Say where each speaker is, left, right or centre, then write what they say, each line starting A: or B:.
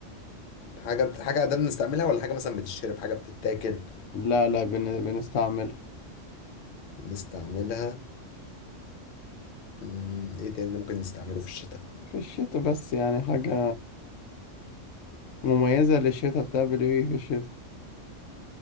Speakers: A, on the left (about 55°); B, on the left (about 80°).
A: حاجه بت... حاجه ده بنستعملها ولا حاجه مثلا بتتشرب حاجه بتتاكل
B: لا لا بن... بنستعملها
A: بنستعملها مم، ايه تاني اللي ممكن نستعمله في الشتاء
B: في الشتاء بس يعني حاجة مميزة للشتاء بتعمل ايه في الشتاء